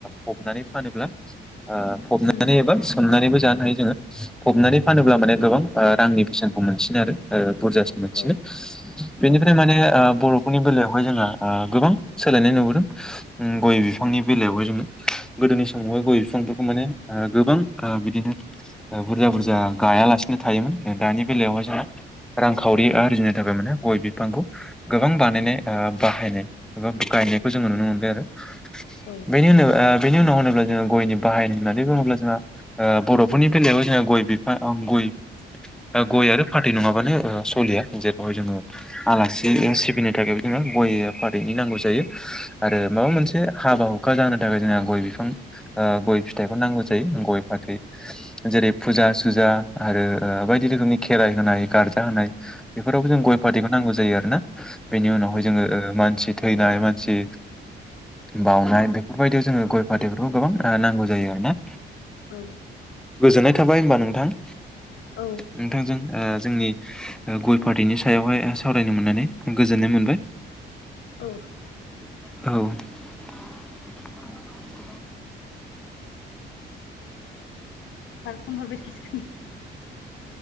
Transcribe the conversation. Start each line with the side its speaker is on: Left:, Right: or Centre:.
Centre: फबनानै फानोब्ला ओ फबनानै
Left: उम
Centre: एबान्स- हमनानैबो जानो हायो जोङो फबनानै फानोब्ला माने गोबां ओ रांनि बेसेनखौ मोनसि नो आरो ओ बुरजासिन
Left: औ
Centre: बेनिफ्राय
Left: औ
Centre: माने ओ बर' फोरनि बेलायावहाय जोंहा ओ गोबां सोलायनाय नुबोदों उम गय बिफांनि बेलायावहाय जों गोदोनि समावहाय गय बिफांफोरखौ माने ओ गोबां ओ बिदिनो ओ बुरजा बुरजा गायालासिनो था थायोमोन जों दानि बेलायावहाय जोंहा रांखावरि आरजिनो थाखाय माने गय बिफांखौ गोबां बानायनाय ओ बाहायनाय गायनायखौ जोङो नुनो मोनबाय आरो
Left: औ उम
Centre: बेनि बेनि उनाव होनोब्ला जों गयनि बाहाय होननानै बुङोब्ला जोंहा ओ बर'फोरनि बेलायावबो जो गय बिफां गय ओ गय आरो फाथै नङाबानो ओ सलिया जेरावहाय जोङो आलासि सिबिनो थाखायबो जोङो गय फाथैनि नांगौ जायो आरो माबा मोनसे हाबा हुखा जानो थाखाय जोंहा गय बिफां ओ गय फिथाइखौ नांगौ जायो गय फाथै। जेरै फुजा सुजा आरो बायदि रोखोमनि खेराइ होनाय गारजा होनाय। बेफोरावबो जों गय फाथैखौ नांगौ जायो ।आरोना बेनि उनावहाय
Left: औ
Centre: जोङो ओ मानसि थैनाय मानसि बाउनाय बेफोरबायदियाव जोङो गय फाथैफोरखौ गोबां नांगौ जायो आरोना।
Left: औ
Centre: गोजोन्नाय थाबाय होनबा नोंथां।
Left: औ
Centre: नोंथांजों ओ जोंनि ओ गय फाथैनि सायावहाय सावरायनो मोननानै गोजोननाय मोनबाय।
Left: औ
Centre: औ
Left: बार फन हरबाय थासिगोन <inaudible>